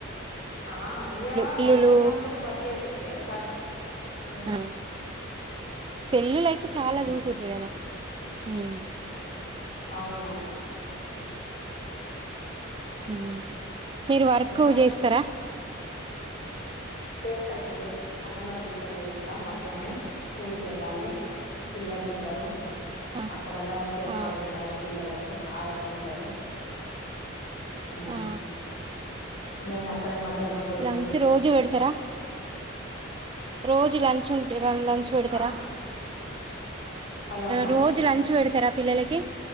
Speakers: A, on the left; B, on the right.
A: ఆ అయ్యా
B: సెల్లులు
A: వర్క్ ఉన్నప్పుడు బడ్ చేసుడే వర్క్ ఉమ్
B: ఆ సెల్లులు అయితే చాలా
A: ఉమ్
B: చూసింటారు కదా హమ్
A: అవునవును
B: ఉమ్ మీరు వర్క్
A: ఇంకా
B: చేస్తర
A: చేస్తానండి అంగన్వాడి టీచర్ చేస్తా మధ్యాహ్నం స్కూల్ క వెళ్ళాలి పిల్లలు ఉంటారు
B: ఆ
A: అక్కడ లంచ్ ఏర్పాటు
B: ఆ
A: చేయాలి పిల్లల ఆయమ్మ ఉంటది హమ్
B: ఆ
A: నే నా అక్కడే మధ్యాహ్నం భోజనం
B: లంచ్
A: చేస్తే
B: రోజు
A: ఇస్తా
B: పెడతారా రోజు లంచ్ ఉంటే లంచ్ పెడతార
A: ఆ హలో అమ్మ
B: రోజు లంచ్ పెడతారా పిల్లలకి